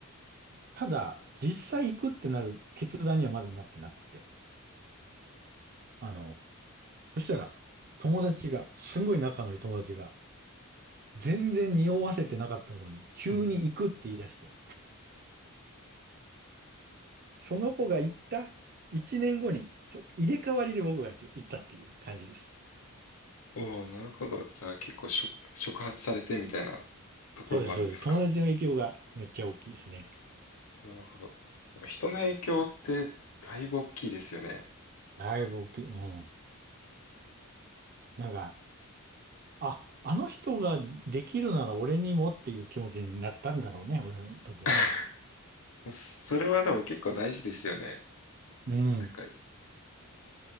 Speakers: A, on the right; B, on the left.
A: ただ、実際行くってなる決断にはまだなってなくて。あの、そしたら、友達が、すんごい仲のいい友達が、全然匂わせてなかったのに、急に行くって言い出して、
B: うん
A: その子が行った1年後に、そ入れ替わりで僕が行ったっていう感じです。
B: おお、なるほど。じゃあ結構触、触発されてみたいなところもあるんですか
A: そうです、そうです。友達の影響がめっちゃ大きいですね。
B: なるほど。でも人の影響ってだいぶ大きいですよね。
A: だいぶ大きい。うん。なんか、あ、あの人ができるなら俺にもっていう気持ちになったんだろうね、俺の時はね。
B: <laughs> それはでも結構大事ですよね。
A: うん。
B: なんか、